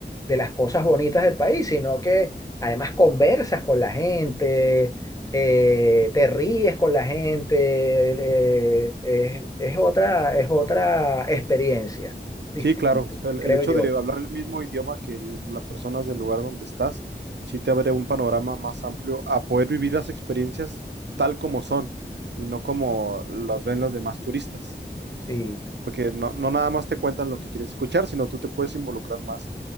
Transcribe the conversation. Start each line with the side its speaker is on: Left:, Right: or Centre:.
Left: de las cosas bonitas del país, sino que además conversas con la gente, eh, te ríes con la gente, eh, es, es otra, es otra experiencia distinta,
Right: sí, claro, o sea, el,
Left: creo
Right: el hecho
Left: yo.
Right: de hablar el mismo idioma que el- las personas del lugar donde estás, sí te abre un panorama más amplio a poder vivir las experiencias tal como son y no como las ven las demás turistas.
Left: Sí,
Right: porque no, no nada más te cuentan lo que quieres escuchar, sino tú te puedes involucrar más,